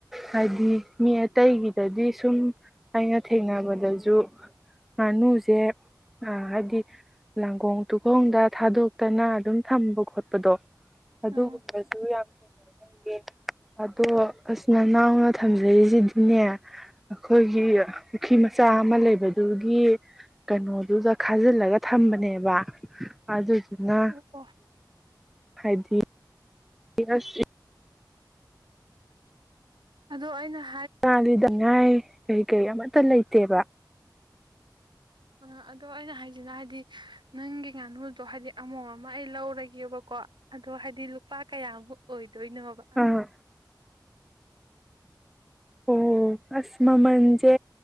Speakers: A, in the centre; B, on the right (about 85°).
A: ꯍꯥꯏꯗꯤ ꯃꯤ ꯑꯇꯩꯒꯤꯗꯗꯤ ꯁꯨꯝ ꯑꯩꯅ ꯊꯦꯡꯅꯕꯗꯁꯨ ꯉꯥꯅꯨꯁꯦ ꯍꯥꯏꯕꯗꯤ ꯂꯥꯡꯒꯣꯡ ꯇꯨꯒꯣꯡꯗ ꯊꯥꯗꯣꯛꯇꯅ ꯑꯗꯨꯝ ꯊꯝꯕ ꯈꯣꯠꯄꯗꯣ ꯑꯗꯨꯒꯨꯝꯕꯁꯨ
B: ꯑꯥ
A: ꯌꯥꯝꯅ ꯑꯗꯣ ꯑꯁ ꯅꯅꯥꯎꯅ ꯊꯝꯖꯔꯤꯁꯤꯗꯤꯅꯦ ꯑꯩꯈꯣꯏꯒꯤ ꯄꯨꯈ꯭ꯔꯤ ꯃꯆꯥ ꯑꯃ ꯂꯩꯕꯗꯨꯒꯤ ꯀꯩꯅꯣꯗꯨꯗ ꯈꯥꯖꯤꯜꯂꯒ ꯊꯝꯕꯅꯦꯕ ꯑꯗꯨ ꯗꯨꯅ
B: ꯑꯣ ꯑꯣ
A: ꯍꯥꯏꯗꯤ ꯌꯦꯡꯉꯁꯤ
B: ꯑꯗꯣ ꯑꯩꯅ ꯍ
A: ꯋꯥꯅꯤꯗꯉꯥꯏ ꯍꯧꯖꯤꯛ ꯀꯩ ꯑꯃꯠꯇ ꯂꯩꯇꯦꯕ
B: ꯑ ꯑꯗꯣ ꯑꯩꯅ ꯍꯥꯏꯁꯤꯅ ꯍꯥꯏꯗꯤ ꯅꯪꯒꯤ ꯉꯥꯅꯨꯗꯣ ꯍꯥꯏꯗꯤ ꯑꯃꯣꯝ ꯑꯃ ꯑꯩ ꯂꯧꯔꯒꯦꯕꯀꯣ ꯑꯗꯣ ꯍꯥꯏꯗꯤ ꯂꯨꯄꯥ ꯀꯌꯥꯃꯨꯛ ꯑꯣꯏ ꯗꯣꯏꯅꯣꯕ
A: ꯑꯥ ꯑꯣ ꯑꯁ ꯃꯃꯜꯁꯦ